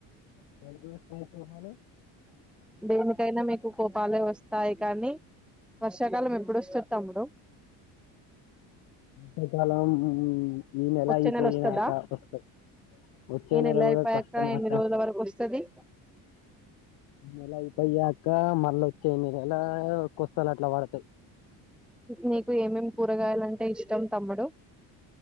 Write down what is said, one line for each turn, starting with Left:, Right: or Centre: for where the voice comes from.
Left: వాకు వకాయికు హాల
Centre: దేనికైనా మీకు కోపాలే వస్తాయి కానీ వర్షకాలమ మెప్పు ఎప్పుడుస్తు తముడు
Left: వర్షాకాలం ఈ
Centre: వచ్చే
Left: అయిపోయినాక
Centre: నెల వస్తదా
Left: వస్తాయి వచ్చే
Centre: ఈ నెల
Left: కూడా
Centre: అయిపోయాక
Left: కష్టమే
Centre: ఎన్ని
Left: అక్క
Centre: రోజుల వరకు వస్తాది
Left: ఇ నెల ఆ ఇ పై ఇకా మళ్ళ వచ్చాయి ఎనిమిదేలా కొస్తాలు అట్లా వాడతాయి
Centre: నీకు ఏమేం కూరగాయలంటే ఇష్టం తమ్ముడు